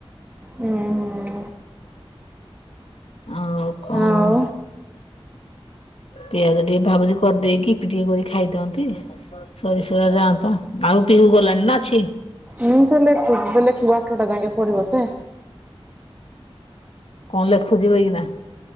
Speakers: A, on the right; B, on the left.
A: ହୁଁ ହୁଁ
B: ଆଉ କଣ
A: ଆଉ
B: ପିଆଜ ଟିକେ ଭାବୁଛି କରିଦେଇକି ଇପି ଟିକେ କରି ଖାଇଦିଅନ୍ତି। ସରିଷଆ ଯାଆ ତ ଆଉ ପିଉ ଗଲାଣି ନା ଅଛି?
A: ହୁଁ ତ ଲେଖୁଚି ଲେଖିବୁ ଆଠଟା ଯାକେ ପଢିବ ସେ।
B: କଣ ଲେଖୁଛିି ବାଇକିନା?